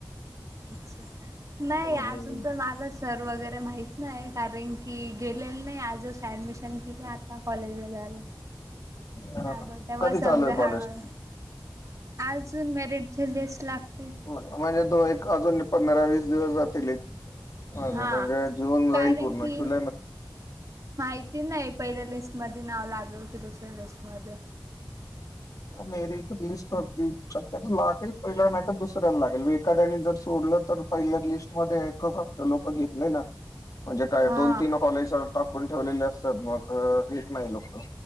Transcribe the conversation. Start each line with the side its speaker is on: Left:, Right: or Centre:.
Right: अच्छा. नाही
Left: हम्म.
Right: अजून तर मला सर वगैरे माहिित. नाही कारण की गेलेलं नाही आजच ऍडमिशन किवा आता कॉलेजला जाला.
Left: हा,
Right: स
Left: हा.
Right: बोल तेव्हा
Left: कधी
Right: समजा
Left: चालू आहे कॉलेज
Right: हळूहळू अजून, मॅरिटचे लिस्ट लागत.
Left: म्हणजे तो एक अजून पंधरा वीस दिवस जातील एक. अ म्हणजे
Right: हा.
Left: जून
Right: कारण
Left: राईल पूर्ण
Right: की
Left: जुलै म.
Right: माहिती नाही पहिल्या लिस्ट म नाव लागलेल की दुसऱ्या लिस्ट म.
Left: मेरी रिलीज करती्या लागेल. पहिला नाही तर दुसऱ्याला लागेल एखाद्याने जर सोडलं तर पहिल्या लिस्टमध्येध्ये एकच असतं लोक घेतले ना. म्हणजे काय
Right: हा
Left: दोन तीन कॉलेज टाकून ठेवलेले असतात मग. ेत नाही लोक